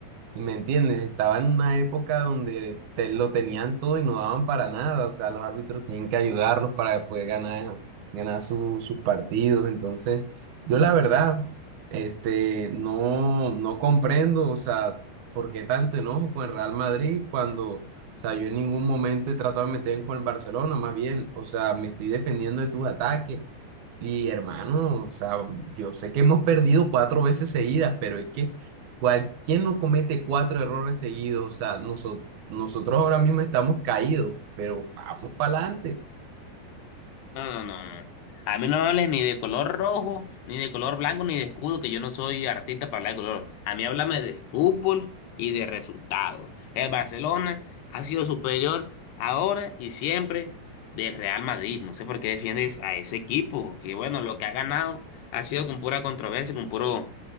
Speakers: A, on the right; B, on the left.
A: ¿Me entiendes? Estaba en una época donde te lo tenían todo y no daban para nada. O sea, los árbitros tenían que ayudarlos para poder ganar, ganar su- sus partidos. Entonces, yo la verdad, este, no, no comprendo, o sea, por qué tanto enojo con el Real Madrid cuando, o sea, yo en ningún momento he tratado de meterme con el Barcelona, más bien, o sea, me estoy defendiendo de tus ataques. Y hermano, o sea, yo sé que hemos perdido cuatro veces seguidas, pero es que cual, ¿quién no comete cuatro errores seguidos? O sea, noso- nosotros ahora mismo estamos caídos, pero vamos para adelante.
B: No, no, no, no. no. A mí no me hables ni de color rojo, ni de color blanco, ni de escudo, que yo no soy artista para hablar de color. A mí háblame de fútbol y de resultados. El Barcelona ha sido superior ahora y siempre del Real Madrid. No sé por qué defiendes a ese equipo, que bueno, lo que ha ganado ha sido con pura controversia, con puro